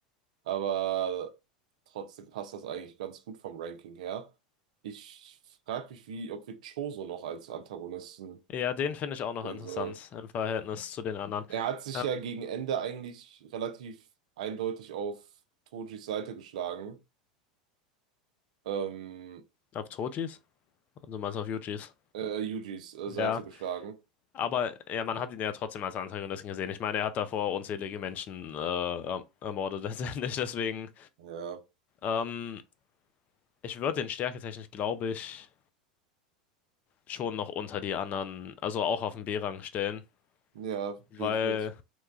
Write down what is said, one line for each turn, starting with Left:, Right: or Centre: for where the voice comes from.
Right: Aber trotzdem passt das eigentlich ganz gut vom Ranking her. Ich frage mich, wie, ob wir Choso noch als Antagonisten
Left: Ja, den finde ich auch noch
Right: sehen
Left: interessant
Right: sollen.
Left: im Verhältnis zu den anderen.
Right: Er hat sich
Left: Ähm,
Right: ja gegen Ende eigentlich relativ eindeutig auf Tojis Seite geschlagen. Ähm,
Left: auf Tojis? du meinst auf Yujis?
Right: äh, Yujis äh, Seite
Left: Ja.
Right: geschlagen.
Left: Aber ja, man hat ihn ja trotzdem als Antagonisten gesehen. Ich meine, er hat davor unzählige Menschen äh, erm- ermordet letztendlich. <laughs> Deswegen,
Right: Ja,
Left: hm, ich würde den stärketechnisch, glaube ich. schon noch unter die anderen, also auch auf den B-Rang stellen,
Right: ja,
Left: weil
Right: gehe ich mit.